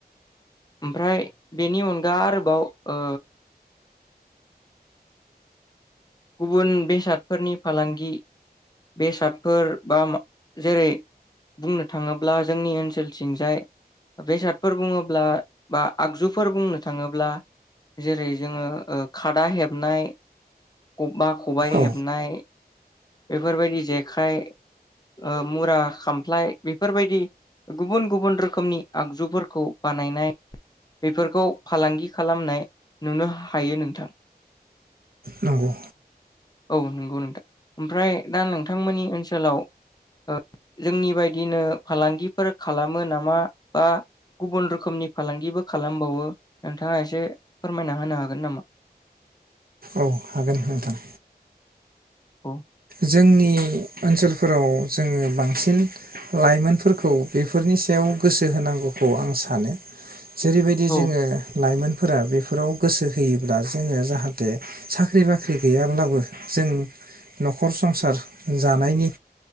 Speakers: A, on the left; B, on the right.
A: ओमफ्राय बेनि अन दा आरोबाव ओ गुबुन बेसादफोरनि फालांगि बेसादफोर बा मा जेरै बुंनो थाङोब्ला जोंनि ओनसोलथिंजाय बेसादफोर बुङोब्ला बा आगजुफोर बुंनो थाङोब्ला जेरै जोङो ओ खादा हेबनाय। बा खबाइ
B: औ
A: हेबनाय। बेफोरबायदि जेखाइ ओ मुरा खामफ्लाय बेफोरबायदि गुबुन गुबुन रोखोमनि आगजुफोरखौ बानायनाय बेफोरखौ फालांगि खालामनाय नुनो हायो नोंथां।
B: नंगौ
A: औ नंगौ नोंथां ओमफ्राय दा नोंथांमोननि ओनसोलाव ओ जोंनि बायदिनो फालांगिफोर खालामो नामा बा गुबुन रोखोमनि फालांगिबो खालामबावो नोंथाङा इसे फोरमायना होनो हागोन नामा?
B: औ हागोन नोंथां।
A: अ
B: जोंनि ओनसोलफोराव जोङो बांसिन लाइमोनफोरखौ बेफोरनि सायाव गोसो होनांगौखौ आं सानो। जेरैबायदि
A: औ
B: जोङो लाइमोनफोरा बेफोराव गोसो होयोब्ला जोङो जाहाथे साख्रि बाख्रि गैयाब्लाबो जों नखर संसार जानायनि